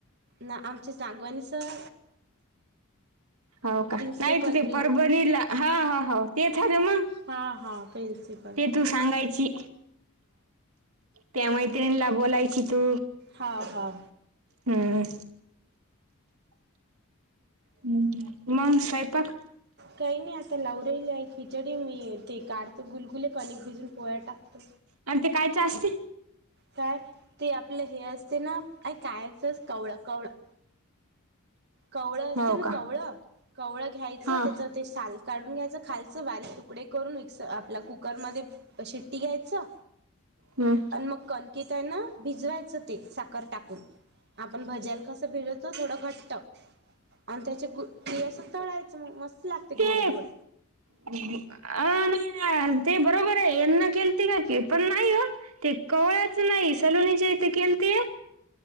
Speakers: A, on the right; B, on the right.
A: ना आमचे सागवानी सर
B: हो का?
A: प्रिन्सिपल
B: नाही त ते
A: प्रिं
B: परभणीला हा हो, तेच हाय ना मग
A: हा हा, प्रिन्सिप
B: ते तू सांगायची. त्या मैत्रिणला बोलायची तू.
A: हा हा
B: हम्म हम्म, मग स्वयंपाक
A: काही नाही आता लावलेली आहे खिचडी, मी ते काढतो गुलगुले, कणिक भिजून पोळ्या टाकतो.
B: आणि ते कायचे असते?
A: काय ते आपलं हे असते ना, का काय असं कवळं कवळं कवळं असते
B: हो
A: ना
B: का?
A: कवळं, कवळं घ्यायचं
B: हा.
A: त्याचं ते साल काढून घ्यायचं खालचं बारीक तुकडे करून, मिक्स आपला कुकरमध्ये शिट्टी घ्यायचं,
B: हम्म.
A: आणि मग कन कीत हाय ना, भिजवायचं ते साखर टाकून आपण भज्याला कसं भिजवतो थोडं घट्ट. आणि त्याचे गु ते असं तळायचं मग मस्त लागते
B: ते
A: गोड गोड.
B: अ नाही ना ते, बरोबर आहे यांना केलती का की, पण नाही हो ते कवळ्याच नाही, सलुनीच्या इथे केलते